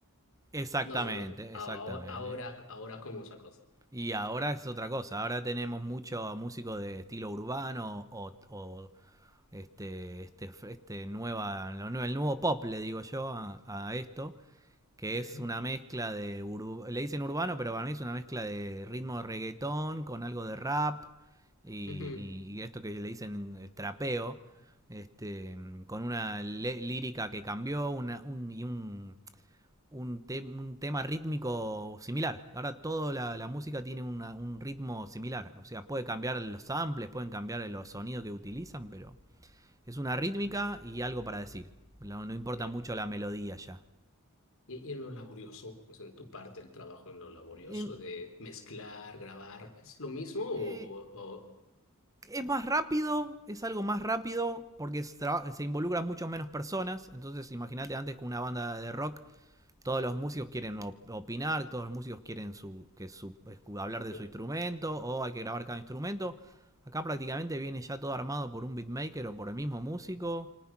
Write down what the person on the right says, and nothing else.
Exactamente,
exactamente.
Y ahora es otra cosa, ahora tenemos mucho músico de estilo urbano o, o este, este, este nueva, lo nue- el nuevo pop, le digo yo, a, a esto. que
es una mezcla de... ur- le dicen urbano, pero para mí es una mezcla de ritmo de reggaetón con algo de rap y,
y- y esto que le dicen eh, trapeo, este, con una le- lírica que cambió una, un, y un, un, te- un tema rítmico similar. Ahora toda la,
la música tiene una- un ritmo similar, o sea, puede cambiar los samples, pueden cambiar los sonidos que utilizan, pero es una rítmica y algo para decir. No, no importa
mucho la melodía ya.
En-
eh,
es más rápido, es algo más rápido porque se, se involucran mucho menos personas. Entonces, imagínate antes con una banda de rock todos los músicos quieren opinar, todos los músicos quieren su, que su, hablar de
su instrumento o hay que grabar cada instrumento. Acá prácticamente viene ya todo armado por un beatmaker o por el mismo músico